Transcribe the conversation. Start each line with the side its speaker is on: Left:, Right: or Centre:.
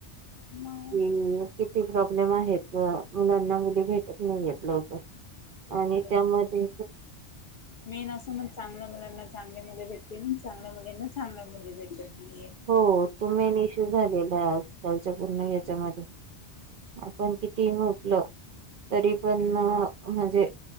Left: मग
Right: कि किती प्रॉब्लेम आहेत मुलांना मुली भेटत नाहीयेत लवकर आणि
Left: अ
Right: त्यामध्ये
Left: मेन असं म चांगलं मुलांना चांगले मुल भेटती नाही चांगल्या मुलींना चांगल्या मुल भेटत नाहीये.
Right: हो तो मेन इशू झालेला आजकालच्या पूर्ण याच्यामध्ये आपण किती म्हटलं तरी पण म अ म्हणजे